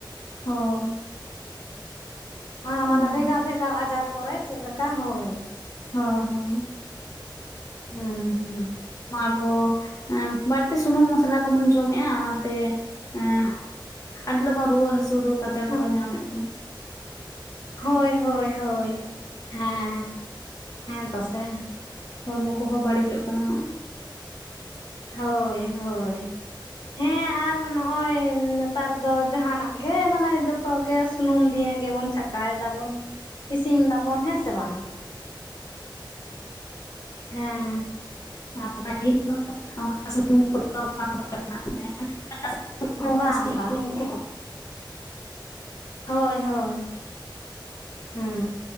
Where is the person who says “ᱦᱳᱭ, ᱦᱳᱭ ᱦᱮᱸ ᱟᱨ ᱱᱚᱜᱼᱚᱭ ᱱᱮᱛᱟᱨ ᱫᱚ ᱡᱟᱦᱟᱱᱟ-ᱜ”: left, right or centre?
Left